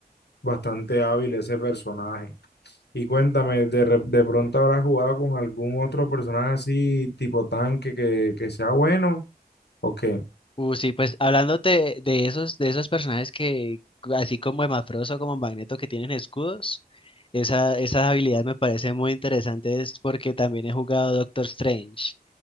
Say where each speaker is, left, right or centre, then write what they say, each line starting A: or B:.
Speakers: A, on the left; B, on the left.
A: bastante hábil ese personaje. Y cuéntame, ¿de, re- de pronto habrás jugado con algún otro personaje así, tipo tanque, que, que sea bueno? Ok,
B: Uh, sí, pues hablándote de esos, de esos personajes que, así como Emafrost o como Magneto, que tienen escudos, esa, esas habilidades me parecen muy interesantes porque también he jugado Doctor Strange.